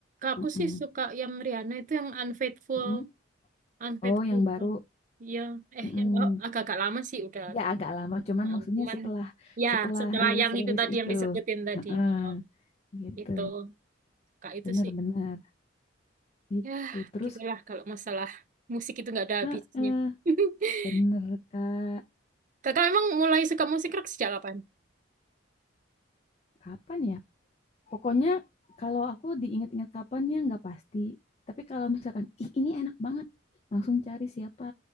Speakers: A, on the right; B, on the left.
A: aku
B: Mm-mm.
A: sih suka yang Rihanna itu yang Unfaithful.
B: Mm-mm.
A: Anggrek
B: oh
A: Purba.
B: yang baru
A: Iya, eh
B: Mm-mm.
A: yang agak-agak lama sih udah.
B: ya agak lama cuman
A: Nah,
B: maksudnya
A: cuman
B: setelah
A: ya
B: setelah
A: setelah
B: rilis
A: yang
B: rilis
A: itu tadi
B: itu
A: yang disebutin tadi
B: Heeh,
A: Oh,
B: gitu
A: itu kak itu
B: bener
A: sih.
B: bener itu
A: Ya,
B: terus
A: gitulah kalau masalah musik itu nggak ada habisnya.
B: eh, eh,
A: <laughs>
B: bener kak
A: Kakak emang mulai suka musik rock sejak kapan?
B: kapan ya Pokoknya kalau aku diingat-ingat kapannya nggak pasti. Tapi kalau misalkan, ih ini enak banget, langsung cari siapa,